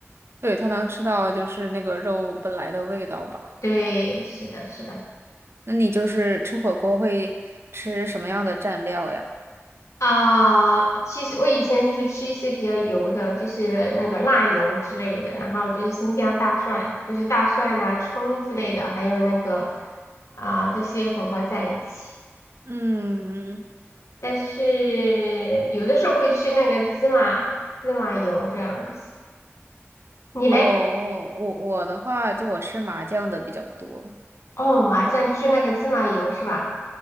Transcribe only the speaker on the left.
对，是的，是的。
啊、其实我以前就是吃一些比较油的，就是那个辣油之类的，然后就是新疆大蒜，就是大蒜呐、葱之类的，还有那个啊、这些混合在一起。
但是有的时候会吃那个芝麻芝麻油这样子。你嘞？
哦，麻酱就是那个芝麻油是吧？